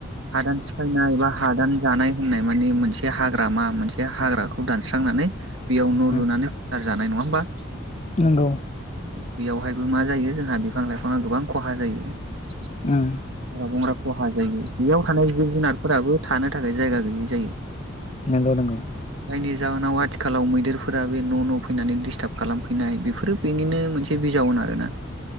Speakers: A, on the right (about 60°); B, on the left (about 30°).
A: हादान सिफायनाय बा? हादान जानाय होननाय माने मोनसे हाग्रामा मोनसे हाग्राखौ दानस्रांनानै बेयाव न'
B: उम
A: लुनानै <unintelligible> जानाय नङा होमबा
B: नंगौ
A: बेयावहायबो मा जायो जोंहा बिफां लाइफाङा गोबां खहा जायो। हाग्रा
B: उम
A: बंग्रा खहा जायो। बेयाव थानाय जिब जुनारफोराबो थानो थाखाय जायगा गैयै जायो
B: नोंगौ नोंगौ
A: जायनि जाहोनाव आथिखालाव मैदेरफोरा बे न' न' फैनानै डिस्टार्ब खालामफैनाय बेफोरो बेनिनो मोनसे बिजाउन आरोना